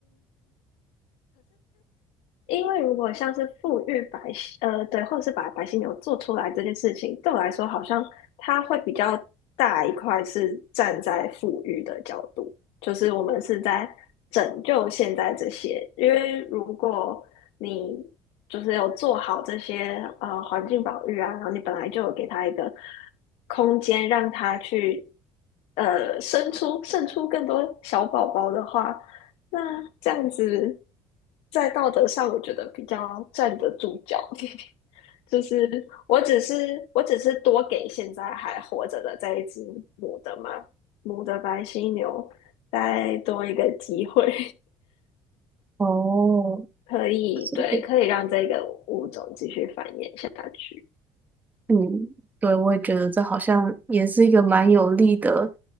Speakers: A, on the left; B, on the right.
A: 因为如果像是富裕白犀，呃，对，或者是把白犀牛做出来这件事情，对我来说好像它会比较大一块是站在富裕的角度，就是我们是在拯救现在这些，因为如果你就是有做好这些呃环境保育啊，然后你本来就有给它一个空间让它去呃生出生出更多小宝宝的话。那这样子，在道德上，我觉得比较站得住脚。<laughs> 就是我只是我只是多给现在还活着的这一只母的嘛，母的白犀牛再多一个机会，
B: 哦，
A: <laughs> 可以对，
B: 所以
A: 可以让这个物种继续繁衍下去。
B: 嗯，对，我也觉得这好像也是一个蛮有力的